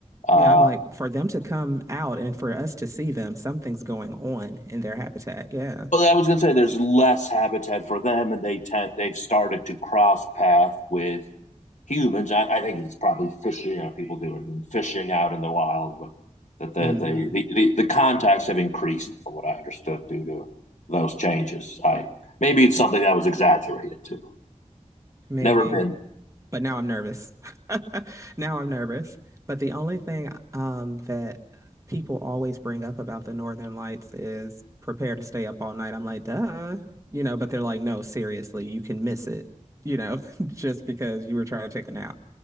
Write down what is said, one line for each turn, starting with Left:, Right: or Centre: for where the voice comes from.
Left: Uh,
Right: Yeah, I'm like, for them to come out and for us to see them, something's going on in their habitat. Yeah.
Left: well, I was going to say there's less habitat for them, and they tend they've started to cross path with humans. I, I think it's probably fishing. You know, people doing fishing out in the wild, but that the
Right: hmm
Left: the, the the the contacts have increased from what I understood due to those changes. I maybe it's something that was exaggerated too.
Right: Maybe.
Left: Never been.
Right: But now I'm nervous. <laughs> Now I'm nervous. But the only thing um, that people always bring up about the Northern Lights is prepare to stay up all night. I'm like, duh. You know, but they're like, no, seriously, you can miss it, you know, <laughs> just because you were trying to take a nap.